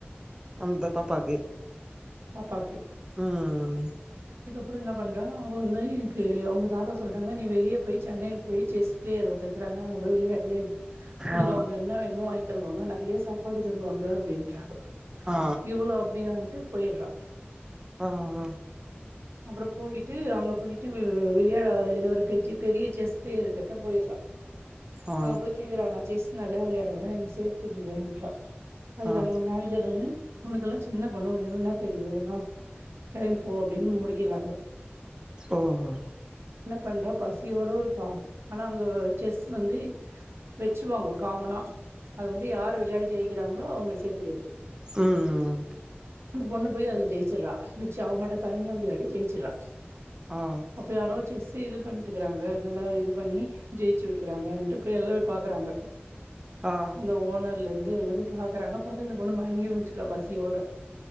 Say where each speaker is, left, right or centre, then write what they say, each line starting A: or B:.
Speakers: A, on the right (about 20°); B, on the right (about 80°).
A: அந்த பாப்பாக்கு
B: பாப்பாக்கு
A: ம்ம்
B: அப்புறம் என்ன பண்றா அவ வந்து எனக்கு சொல்றாங்க நீ வெளியே போய் சென்னையில் போய் செஸ் பிளேயர் ஒருத்தர் இருக்றாங்க போய் விளயாடு உனக்கு
A: ஆ
B: அவங்க என்ன வேணுமோ வாங்கி தருவாங்க நெறைய சாப்பாடு தருவாங்க அப்பிடின்னு
A: ஆ
B: இவ்வளு அப்பிடியான்ட்டு போயிடுறா
A: ஆஹ்ஹ
B: அப்புறம் போயிட்டு அங்க போயிட்டு விளையாட இது ஒரு பெரிய பெரிய செஸ் பிளேயர் கிட்ட போய்டுறா
A: ஆ
B: அங்க போய் கேக்குறாங்க செஸ் நல்லா விளையாடுவேன் என்ன சேர்த்துக்கங்கறா அதுக்கு
A: ஆ
B: அவுங்க மேனேஜர் வந்துன்னு உனக்கெல்லாம் சின்ன பொண்ணு உனக்கும் என்ன தெரியும்எல்லாம் கிளம்பி போ அப்படின்னு முடிக்கிறாங்க
A: ஒகோ
B: பண்ற பசியோட இருக்கா ஆனா அங்க செஸ் வந்து வச்சுவாங்க காமனா அதை வந்து யார் விளையாடி ஜெயிக்கிறாங்களோ அவங்க சேர்த்துக்கிறது
A: உம் உம்
B: அங்க பொண்ணு போய் அது ஜெயிச்சிடடுறா வச்சு அவ மட்டும் தனியா விளையாடி ஜெயிச்சுறான்
A: ஆ
B: அப்ப யாரோ செஸ் இது பண்ணிட்டுக்கிறாங்க நல்லா இது பண்ணி ஜெயி விட்டுக்கறாங்கன்ட்டு போய் எல்லா பாக்குறாங்க
A: ஆ
B: அந்த ஓனர் பக்கத்துல இருந்து எல்லாமே பாக்குறாங்க பார்த்தா இந்த பொண்ணு மயங்கி விழுந்துருறா பசியோட